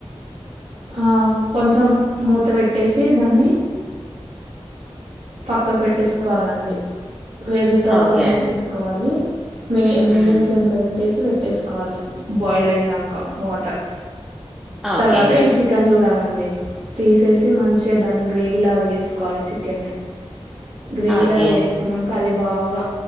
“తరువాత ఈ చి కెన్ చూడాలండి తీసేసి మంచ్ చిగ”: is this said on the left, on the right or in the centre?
Right